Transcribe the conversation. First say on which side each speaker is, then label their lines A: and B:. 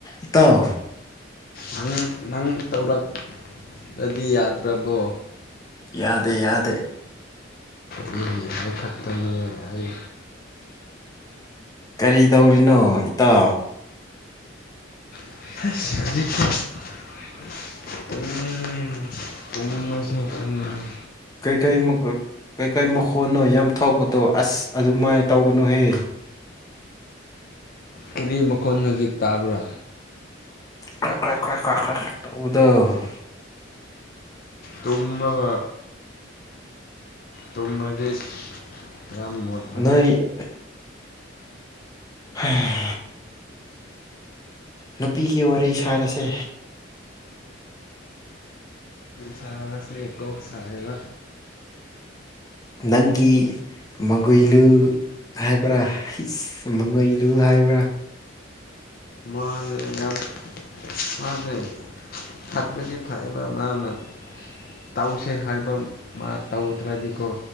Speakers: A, on the left; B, on the left.
A: ꯏꯇꯥꯎ
B: ꯅꯪ ꯅꯪ ꯇꯧꯔꯛꯑꯗꯤ ꯌꯥꯗ꯭ꯔꯕꯣ
A: ꯌꯥꯗꯦ ꯌꯥꯗꯦ
B: ꯃꯤꯒꯤ ꯈꯛ ꯈꯛꯇꯅꯤ ꯑꯩ
A: ꯀꯔꯤ ꯗꯧꯔꯤꯅꯣ ꯏꯇꯥ
B: <unintelligible> ꯑꯗꯨꯨꯝꯃꯁꯦ ꯈꯪꯂ‌ꯦ
A: ꯀꯩ ꯀꯩ ꯃꯛ ꯔ ꯀꯩ ꯀꯩ ꯃꯈꯣꯟꯅꯣ ꯌꯥꯝ ꯊꯣꯛꯄꯗꯣ ꯑꯁ ꯑꯗꯨꯃꯥꯏ ꯇꯧꯒꯅꯨꯍꯦ
B: ꯀꯔꯤ ꯃꯈꯣꯟ ꯍꯧꯖꯤꯛ ꯇꯥꯕ꯭ꯔꯥ
A: <unintelligible> ꯇꯧꯕꯗ‌ꯣ
B: ꯇꯨꯝꯃꯒ ꯇꯨꯝꯃꯒꯤ ꯌꯥꯝ ꯃꯣꯠ
A: ꯅꯣꯏ ꯎꯝ <unintelligible> ꯅꯨꯄꯤꯒꯤ ꯋꯥꯔꯤ ꯁꯥꯔꯁꯦ
B: ꯉꯔꯥꯡ ꯉꯁꯤ ꯀꯣꯛ ꯁꯥꯢꯌꯦꯕ
A: ꯅꯪꯒꯤ ꯃꯒꯣꯏꯂꯨ ꯍꯥꯏꯕ꯭ꯔꯥ <unintelligible> ꯍꯥꯏꯕ꯭ꯔꯥ
B: ꯃꯥꯅꯦ ꯌꯥꯝ ꯃꯥꯅꯦ ꯐꯕꯗꯤ ꯐꯩꯕ ꯃꯅꯥ ꯇꯧꯁꯦ ꯍꯥꯏꯕ ꯃꯥ ꯇꯧꯗ꯭ꯔꯗꯤꯀꯣ